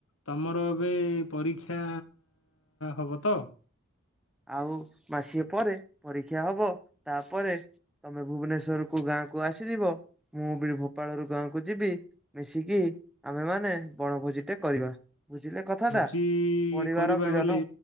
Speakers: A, on the left (about 80°); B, in the centre.
A: ତମର ଏବେ ପରୀକ୍ଷା ହବ ତ?
B: ଆଉ ମାସେ ପରେ ପରୀକ୍ଷା ହବ ତାପରେ ତମେ ଭୁବନେଶ୍ଵର କୁ ଗାଁକୁ ଆସିଯିବ, ମୁଁ ବି ଭୋପାଳ ରୁ ଗାଁକୁ ଯିବି ମିଶିକି ଆମେ ମାନେ ବଣଭୋଜି ଟେ କରିବା ବୁଝିଲେ କଥାଟା
A: ଭୋଜି
B: ପରିବାର
A: କରିବା
B: ମିଳନ
A: ବୋଲେ